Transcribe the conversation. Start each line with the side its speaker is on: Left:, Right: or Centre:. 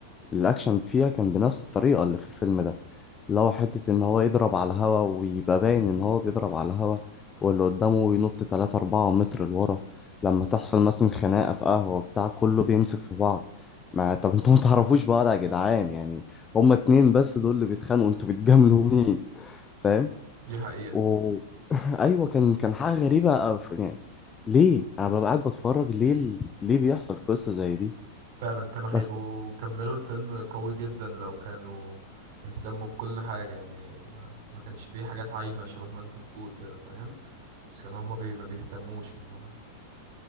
Left: الاكشن فيها كان بنفس الطريقه اللي في الفيلم ده اللي هو حته ان هو يضرب على الهوا ويبقى باين ان هو بيضرب على الهوا واللي قدامه ينط 3 4 متر لورا لما تحصل مثلا خناقه في قهوه بتاع كله بيمسك في بعض ما طب انتوا ما تعرفوش بعض يا جدعان يعني هما اتنين بس دول اللي بيتخانقوا انتوا بتجاملوا مين فاهم
Right: دي حقيقة
Left: و... <laughs> ايوه كان كان حاجه غريبه أوي. يعني ليه انا ببقى قاعد بتفرج ليه ال- ليه بيحصل قصه زي دي
Right: فعلا كانوا هيبقوا
Left: بس
Right: كملوا الفيلم قوي جدا لو كانوا اهتموا بكل حاجة يعني ما, ما كانش فيه حاجات عايمة شبه ما انت بتقول كده فاهم بس كانوا هما بي ما بيهتموش هما